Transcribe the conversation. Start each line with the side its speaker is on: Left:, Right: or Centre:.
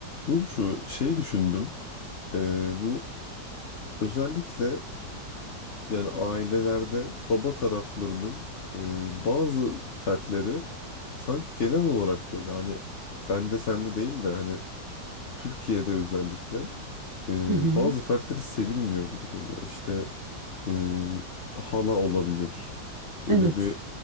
Left: Burcu şey düşündüm. Ee, bu özellikle yani ailelerde baba taraflarının e, bazı fertleri sanki genel olarak böyle hani bende sende değil de hani Türkiye'de özellikle e,
Right: Hı hı.
Left: bazı fertleri sevilmiyor gibi geliyor. İşte e, hala olabilir. Böyle
Right: Evet.
Left: bir